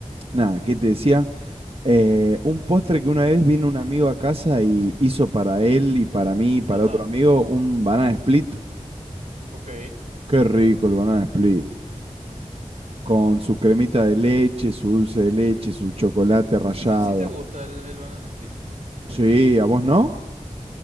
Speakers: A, on the right; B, on the right.
A: nada, ¿qué te decía? Eh, un postre que una vez vino un amigo a casa y hizo para él y para mí y para
B: ajá,
A: otro amigo un banana split.
B: ok.
A: Qué rico el banana split. Con su cremita de leche, su dulce de leche, su chocolate rallado.
B: Sí, sí te gusta el, el banana split.
A: Sí, ¿a vos no?